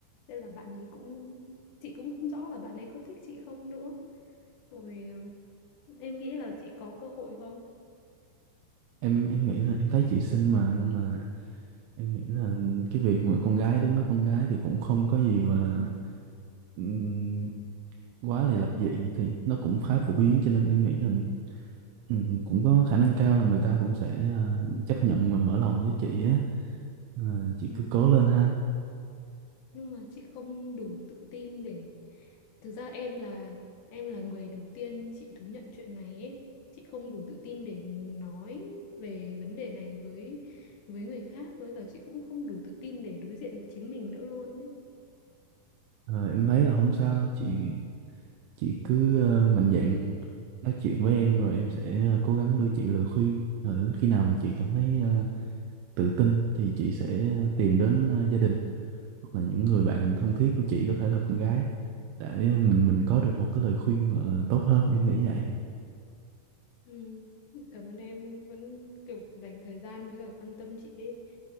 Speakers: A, on the left (about 70°); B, on the right (about 85°).
A: Đây là bạn ấy cũng chị cũng không rõ là bạn ấy có thích chị không nữa. Rồi ờ, em nghĩ là chị có cơ hội không?
B: em em nghĩ là em thấy chị xinh mà nên là em nghĩ là cái việc mà con gái đến nói con gái thì cũng không có gì gọi là ừm, quá là lập dị thì nó cũng khá phổ biến cho nên em nghĩ là ừm, cũng có khả năng cao là người ta cũng sẽ à, chấp nhận và mở lòng với chị á Ờ, chị
A: Ừ.
B: cứ cố lên ha
A: nhưng mà chị không đủ tự tin để thực ra em là em là người đầu tiên chị thú nhận chuyện này ấy. Chị không đủ tự tin để nói về vấn đề này với với người khác với cả chị cũng không đủ tự tin để đối diện với chính mình nữa luôn ấy
B: Ờ, em thấy là không sao đâu chị chị cứ ờ, mạnh dạn nói chuyện với em rồi em sẽ ờ, cố gắng đưa chị lời khuyên rồi đến khi nào mà chị cảm thấy ờ, tự tin thì chị sẽ tìm đến ờ, gia đình hoặc là những người bạn thân thiết của chị có thể là con gái để mình mình có được một cái lời khuyên gọi là tốt hơn em nghĩ vậy
A: Ừ, cảm ơn em nhưng vẫn kiểu dành thời gian với cả quan tâm chị ấy.